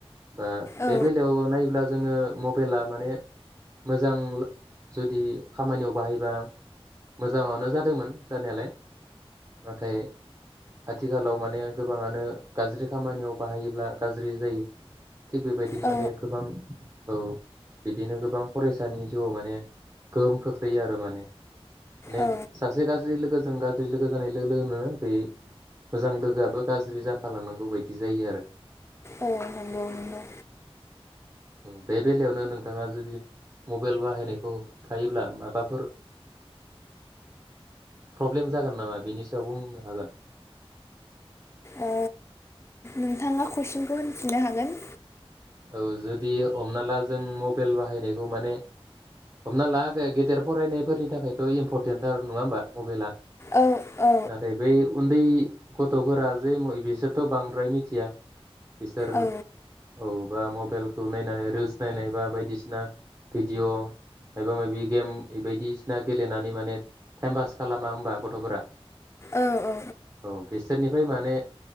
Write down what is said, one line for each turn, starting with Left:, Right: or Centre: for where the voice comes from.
Right: बा बे
Left: औ
Right: बेलायाव नायोब्ला जोङो मबाइला माने मोजां जुदि खामानियाव बाहायबा मोजांआव नो जादोंमोन जानायालाय नाथाय आथिखालाव माने गोबाङानो गाज्रि खामानियाव बाहायोब्ला गाज्रि जायो थिग बेबायदिनो
Left: औ
Right: माने गोबां औ बिदिनो गोबां फरायसानि जिउआव माने गोहोम खोख्लैयो आरो माने माने
Left: औ
Right: सासे गाज्रि लोगोजों गा ज्रि लोगो जानाय लोगो लोगोनो बे मोजां लोगोआबो गाज्रि जा फालांनांगौ बायदि जायो आरो
Left: औ नंगौ नंगौ।
Right: उम बे बेलायावनो नोंथाङा जुदि मबेल बाहायनायखौ होबथायोब्ला माबाफोर प्रब्लेम जागोन नामा बिनि सायाव बुंनो हागोन?
Left: ओ नोंथाङा कुइसनखौ होनफिननो हागोन
Right: औ जुदि हमना ला जों मबेल बाहायनायखौ माने हमना ला गेदेर फरायनायफोरनि थाखायथ' इम्फरटेन्ट थार नङा होमबा मबेला
Left: औ औ
Right: नाथाय बे उन्दै गथ'फोरा जे बिसोरथ' बांद्राय मिथिया। बिसोर
Left: औ
Right: औ बा मबेलखौ नायनानै रिल्स नायनाय बा बायदिसिना भिडिअ' माबा माबि गेम बायदिसिना गेलेनानै माने टाइम पास खालामा होमबा गथ'फोरा
Left: औ औ
Right: औ बे बिसोरनिफ्राय माने